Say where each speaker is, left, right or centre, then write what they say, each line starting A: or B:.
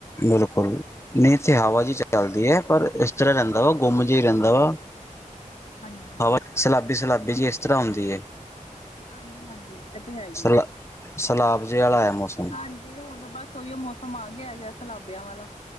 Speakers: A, on the left; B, on the left.
A: ਬਿਲਕੁਲ, ਨਹੀਂ ਹਵਾ ਜਿ ਚੱਲਦੀ ਹੈ, ਪਰ ਇਸ ਤਰ੍ਹਾਂ ਰਹਿੰਦਾ ਵਾ, ਗੁੰਮ ਜਿ ਰਹਿੰਦਾ ਵਾ,
B: ਹਾਂਜੀ ਹਾਂਜੀ
A: ਹਵਾ, ਸਲਾਬੀ ਸਲਾਬੀ ਜਿਹੀ ਇਸ ਤਰ੍ਹਾਂ ਹੁੰਦੀ ਹੈ।
B: ਹਾਂਜੀ ਹਾਂਜੀ, ਇਹ ਤੇ ਹੈ ਈ
A: ਸਲਾ
B: ਹੈ,
A: ਸਲਾਬ ਜੇ ਵਾਲਾ ਹੈ ਮੌਸਮ
B: ਹਾਂਜੀ ਹੁਣਬਸ ਉਹੀਓ ਮੌਸਮ, ਆ ਗਿਆ ਹੈਗਾ, ਸਲਾਬਿਆਂ ਵਾਲਾ,